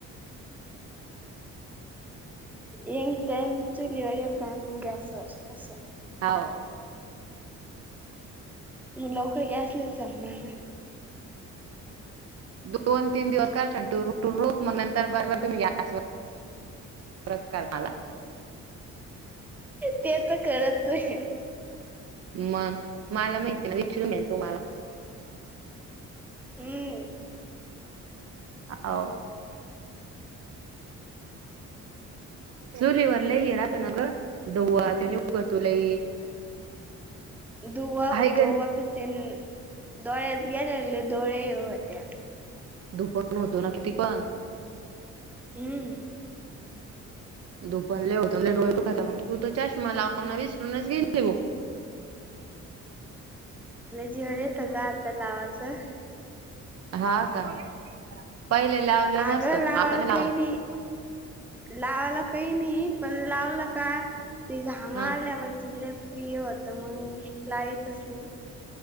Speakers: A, in the centre; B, on the right.
A: यंग तम चुलीवरर यक्त गॅस ववरर हस
B: हो.
A: मग लवकर गॅस नाही सरणार ना.
B: दोन तीन दिवस का छान रुख मग नंतर बरबर तुम्ही गॅसवर. पुरस्कार मला.
A: ते तर करचय
B: मग मला माहिती ना विचरूूनेल तुम्हाला
A: हम्.
B: हो. चुलीवर लई आहे राहता न गं दहवा त नि उग तो लई.
A: धुवा होतो
B: आहे का नाही
A: वापिस दोळ्यात गेलेले दोळे होते्या.
B: धपण होतो ना किती पण.
A: हम्म.
B: दुपनले होते म्ह डोळे दुखाात मग तू त तर चष्मा लावना विसरूनच गेले भा
A: जेवण येतं का आता लावाचं.
B: हा का पहिले लावलं
A: अगं
B: मस्तो
A: लावायला
B: आताने लावणार.
A: काही नाही लावायला काही नाही पण लावलं का ते घामरल्यावर.
B: हा
A: तिथलं प्रिय होतं मग लाईतच नाही